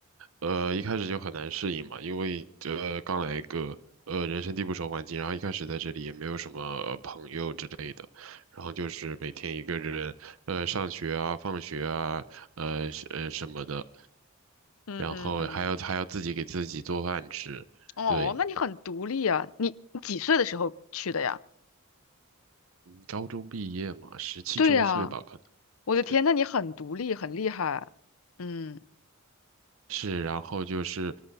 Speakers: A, on the right; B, on the left.
A: 呃，一开始就很难适应嘛，因为呃，刚来一个呃人生地不熟环境，然后一开始在这里也没有什么呃朋友之类的，然后就是每天一个人呃上学啊、放学啊，呃是呃什么的，
B: 嗯嗯嗯，
A: 然后还要还要自己给自己做饭吃，
B: 哦，
A: 对，
B: 那你很独立啊！你你几岁的时候去的呀？
A: 高中毕业嘛，十七周岁吧，
B: 对呀，
A: 可能。
B: 我的天，
A: 对。
B: 那你很独立，很厉害。嗯
A: 是，然后就是，